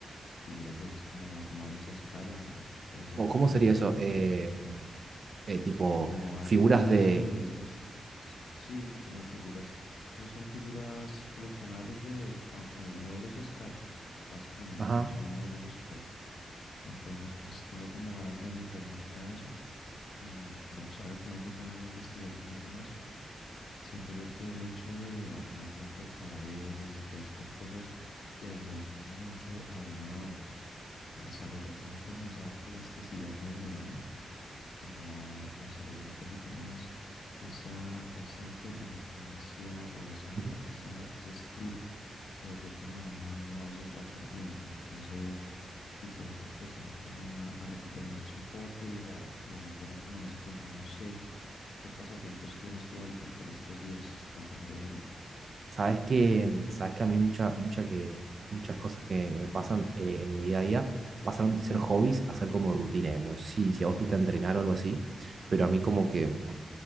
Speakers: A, on the left (about 80°); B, on the right (about 40°).
A: figuras de esas como armables a escala, todo ese
B: ¿Cómo,
A: tipo
B: cómo sería
A: de,
B: eso?
A: de,
B: Eh,
A: de- de ar-
B: eh, tipo,
A: como a-
B: figuras
A: no es aerodemorfismo,
B: de...
A: s- s- sí, como figuras. Esos son figuras coleccionables de am- eh, modelos a escala, básicamente.
B: Ajá.
A: Son modelos a escala. Entonces, pues tengo como ganas de meterme a eso. Mm, Vamos a ver, tengo que ponerme a investigar un poquito más. Siento yo que el hecho de armar rompecabezas y todas estas cosas le ayudan mucho a uno a a desarrollar también como esa plasticidad neuronal como a, a desarrollar un poquito más esa, esa inteligencia o esa,
B: ujú.
A: esa, ese skill que de cierta manera uno a veces va perdiendo. Entonces, quisiera empezar también a, a recuperar eso un poco y a, y a meterme como en ese campo. No sé qué pasatiempos tienes tú ahorita por estos días. Cuéntame, Rodrigo.
B: Sabes que, sabes que a mí mucha, mucha que, muchas cosas que me pasan eh, en mi día a día pasaron de ser hobbies a ser como rutina, digamos. Sí, si si a vos te gusta entrenar o algo así, pero a mí como que